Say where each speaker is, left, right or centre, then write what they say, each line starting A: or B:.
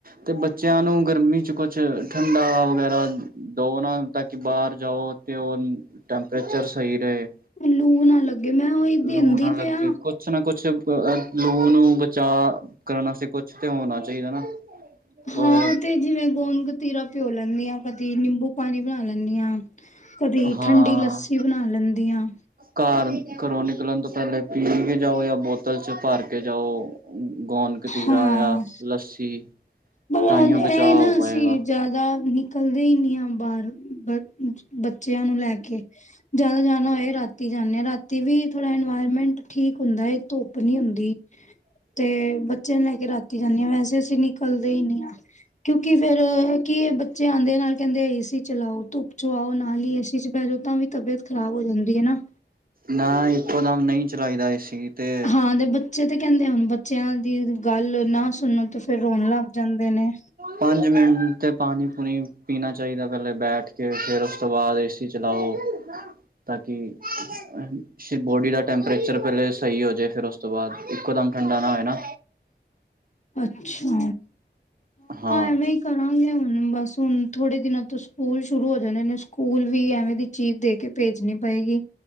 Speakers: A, on the right (about 50°); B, on the left (about 40°).
A: ਤੇ ਬੱਚਿਆਂ ਨੂੰ ਗਰਮੀ ਚ ਕੁਛ ਠੰਡਾ ਵਗੈਰਾ ਦਓ ਨਾ ਤਾਂ ਕਿ ਬਾਹਰ ਜਾਓ ਤੇ ਉਹ ਟੈੈਂਪਰੇਚਰ ਸਹੀ ਰਹੇ
B: ਲੂ ਨਾ ਲੱਗੇ ਮੈਂ ਉਹੀ ਦੇੰਦੀ
A: ਲੂ ਨਾ ਲੱਗੇ
B: ਤੇ ਆ
A: ਕੁਛ ਨਾ ਕੁਛ ਲੂ ਨੂੰ ਬਚਾਅ ਕਰਨ ਵਾਸਤੇ ਕੁਛ ਤੇ ਹੋਣਾ ਚਾਹੀਦਾ ਨਾ ਉਹ
B: ਹਾਂ ਤੇ ਜਿਵੇਂ ਗੋਣਤੀਰਾ ਪਿਓ ਲੈਂਨੀ ਆਂ ਕਦੀ ਨਿੰਬੂ ਪਾਣੀ ਬਣਾ ਲੈਂਨੀ ਆਂ ਕਦੀ
A: ਹਾਂ
B: ਠੰਡੀ ਲੱਸੀ ਬਣਾ ਲੈਂਦੀ ਆ
A: ਘਰ ਘਰੋਂ ਨਿਕਲਣ ਤੋਂ ਪਹਿਲੇ ਪੀ ਕੇ ਜਾਓ ਜਾਂ ਬੋਤਲ ਚ ਭਰ ਕੇ ਜਾਓ ਗੋਨ ਕਤੀਰਾ
B: ਹਾਂ
A: ਯਾ ਲੱਸੀ
B: ਪਰ
A: ਤਾਈਓ ਬਚਾਅ
B: ਇਹ ਨਾ
A: ਹੋ ਪਾਏਗਾ
B: ਅਸੀਂ ਜ਼ਿਆਦਾ ਨਿਕਲਦੇ ਹੀ ਨਹੀਂ ਹਾਂ ਬਾਹਰ ਬੱਚਿਆਂ ਨੂੰ ਲੈ ਕੇ ਜਾਦੋ ਜਾਣਾ ਹੋਏ ਰਾਤੀ ਜਾਾਨਦੇ ਆ ਰਾਤੀ ਵੀ ਥੋੜ੍ਹਾ ਇਨਵਾਇਰਮੈਂਟ ਠੀਕ ਹੁੰਦਾ ਹੈਏ ਧੁੱਪ ਨੀ ਹੁੰਦੀ ਤੇ ਬੱਚਿਆਂ ਨੂੰ ਲੈ ਕੇ ਰਾਤੀ ਜਾਂਦੀ ਹਾਂ ਵੈਸੇ ਅਸੀਂ ਨ ਚਲਦੇ ਹੀ ਨੀ ਆ ਕਿਉਂਕਿ ਫੇਰ ਕੀ ਬੱਚੇ ਆਉਂਦੇ ਨਾਲ ਕਹਿੰਦੇ ਏ ਸੀ ਚਲਾਓ ਧੁੱਪ ਚ ਆਓ ਨਾਲ ਹੀ ਏਸੀ ਚ ਬੈ ਜਾਓ ਤਾਂ ਵੀ ਤਬੀਅਤ ਖਰਾਬ ਹੋ ਜਾਂਦੀ ਹੈ ਨਾ
A: ਨਾ ਇੱਕੋ ਦਮ ਨਹੀਂ ਚਲਾਈ ਦਾ ਏਸੀ ਤੇ
B: ਹਾਂ ਦੇ ਬੱਚੇ ਤੇ ਕਹਿੰਦੇ ਹੁਣ ਬੱਚਿਆਂ ਦੀ ਗੱਲ ਨਾ ਸੁਣੋ ਤੇ ਫਿਰ ਰੋਣ ਲੱਗ ਜਾਂਦੇ ਨੇ
A: ਪੰਜ ਮਿੰਟ ਤੇ ਪਾਣੀ ਪੂਣੀ ਪੀਣਾ ਚਾਹੀਦਾ ਪਹਿਲੇ ਬੈਠ ਕੇ ਫੇਰ ਉਸ ਤੋਂ ਬਾਅਦ ਏ ਸੀ ਤੇ ਚਲਾ ਔ ਤਾਂ ਕਿ ਬੋਡੀ ਦਾ ਟੈਂਪਰੇਚਰ ਪਹਿਲੇ ਸਹੀ ਹੋ ਜਾਏ ਫੇਰ ਉਸ ਉਸ ਤੋਂ ਬਾਅਦ ਇੱਕੋ ਦਮ ਠੰਡਾ ਨਾ ਹੋਏ ਨਾ
B: ਅੱਛਾ
A: ਹਾਂ
B: ਐਵੇਂ ਹੀ ਕਰਾਂਗੇ ਹੁਣ ਬਸ ਹੁਣ ਥੋੜ੍ਹੇ ਦਿਨਾਂ ਤੋਂ ਸਕੂਲ ਸ਼ੁਰੂ ਹੋ ਜਾਂਦੇ ਨੇ ਸਕੂਲ ਵੀ ਐਵੇਂ ਦੀ ਚੀਜ਼ ਦੇ ਕੇ ਭੇਜਣੀ ਪਏਗੀ